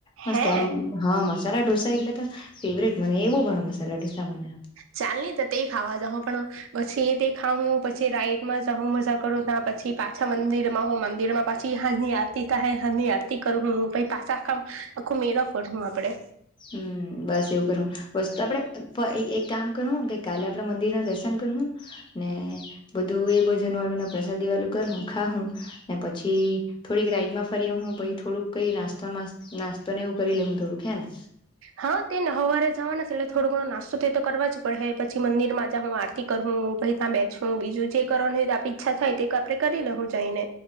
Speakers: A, on the left; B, on the right.
A: મસ્ત
B: હે
A: એમ હા મસાલા ઢોસા એટલે ફેવરેટ મને એવું ભાવે મસાલા ઢોસા. મને
B: ચાલને તો તે ખાવા હું પણ પછી તે ખાવું પછી રાઈટમાં જાહુ મજા કરું ત્યા પછી પાછા મંદિરમાં મંદિરમાં પાછી હાજની આરતી થાહે હાજની આરતી કરુ હુ પછી પાછા આખા, આખા મેળો ફર હું આપણે.
A: હમ, બસ એવું કરવું બસ તો આપણે એક કામ કરું ગઈ કાલે આપણા મંદિરના દર્શન કરુંને બધું એ ભજન હું પ્રસાદી વાળું કરહુ, ખાવુને, પછી થોડીક રાઈડમાં ફરી આવી પછી થોડું કઈ નાસ્તો, નાસ્તો ને એવું કરી લે હું થોડું હે ને
B: હા, તે ન હવારે જવાને એટલે, થોડો ઘણો નાસ્તો તે તો કરવા જ પડે પછી મંદિરમાં જાહું આરતી કરુંહું પછી ત્યાં બેસઠું બીજું જે કરવાનું હોય તો આપ ઈચ્છા થાય તે આપણે કરી લે હું જઈને